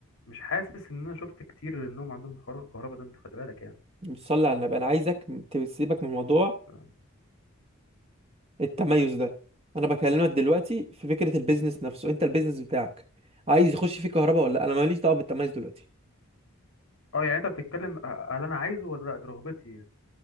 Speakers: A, on the left; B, on the right.
A: مش حاسس ان انا شفت كتير انهم عندهم حوار الكهرباء ده انت خلي بالك يعني
B: بتصلي على النبي انا عايزك تسيبك من موضوع
A: ف-
B: التميز ده انا بكلمك دلوقتي في فكره البيزنس نفسه انت البيزنس بتاعك عايز يخش فيه كهرباء ولا لا انا ماليش دعوه بالتميز دلوقتي
A: اه يعني انت بتتكلم أ- هل انا عايزه ولا لا دي رغبتي يعني.